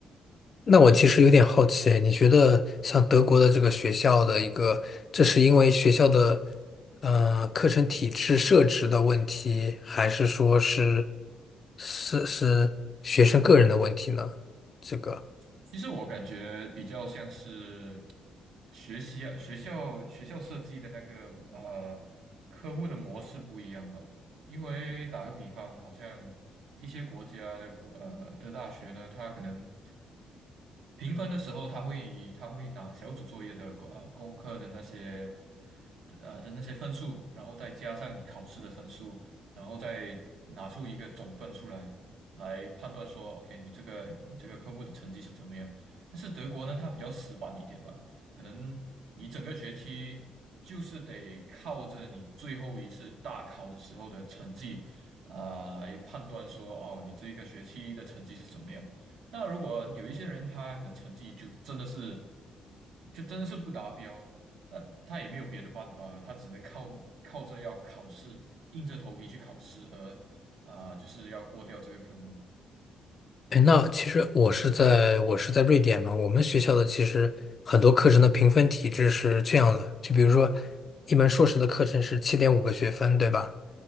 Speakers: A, on the left; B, on the right.
A: 那我其实有点好奇，你觉得像德国的这个学校的一个，这是因为学校的呃课程体制设置的问题，还是说是是是学生个人的问题呢？这个。
B: 其实我感觉比较像是学习啊学校学校设计的那个呃科目的模式不一样吧。因为打个比方，好像一些国家的国呃的大学呢，它可能评分的时候，他会他会拿小组作业的功呃功课的那些呃的那些分数，然后再加上你考试的分数，然后再拿出一个总分出来。来判断说，OK，你这个你这个科目的成绩是怎么样。但是德国呢，它比较死板一点吧，可能你整个学期就是得靠着你最后一次大考的时候的成绩啊，来判断说，哦，你这一个学期的成绩是怎么样。那如果有一些人他可能成绩就真的是，就真的是不达标，那他也没有别的办法，他只能靠靠着要考试，硬着头皮去考试，而。啊，就是要过掉这个科目。
A: 哎，那其实我是在我是在瑞典嘛，我们学校的其实很多课程的评分体制是这样的，就比如说一门硕士的课程是七点五个学分，对吧？